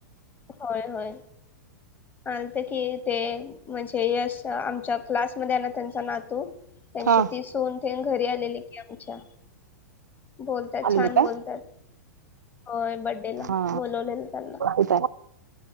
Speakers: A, on the left; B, on the right.
A: होय होय लतं कि ते म्हणजे यश आमच्या क्लास मध्ये आहे ना त्यांचा नातू. त्यांची
B: हा
A: ती सुन तेन घरी आलेली की आमच्या. बोलतात
B: आलेली
A: छान
B: काय
A: बोलतात. होय बड्डे ला
B: हा
A: बोलवलेलं त्यांना.
B: इथं आहे